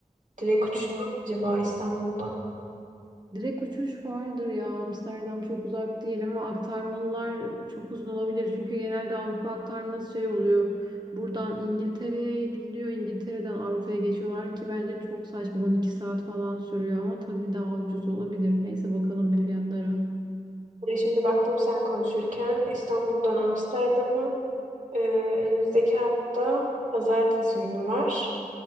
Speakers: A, on the right; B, on the right.
A: Direkt
B: Tamam.
A: uçuş mu acaba İstanbul'dan?
B: Direkt uçuş vardır ya. Amsterdam çok uzak değil ama aktarmalılar çok uzun olabilir. Çünkü genelde Avrupa aktarması şey oluyor. Buradan İngiltere'ye gidiliyor. İngiltere'den Avrupa'ya geçiyorlar ki bence çok saçma. 12 saat falan sürüyor ama tabii daha ucuz olabilir. Neyse bakalım bir fiyatlara.
A: Ee, şimdi baktım sen konuşurken İstanbul'dan Amsterdam'a ee, önümüzdeki hafta pazartesi günü var.